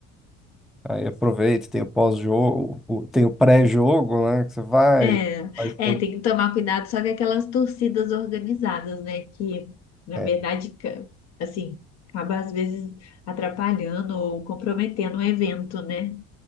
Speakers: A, in the centre; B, on the left.
A: aí aproveita, tem o pós-jogo, o- tem o pré-jogo, né, que você vai,
B: É,
A: faz todo...
B: é, tem que tomar cuidado só com aquelas torcidas organizadas, né? Que, na
A: É.
B: verdade, ca- assim, acaba às vezes atrapalhando ou comprometendo o evento, né?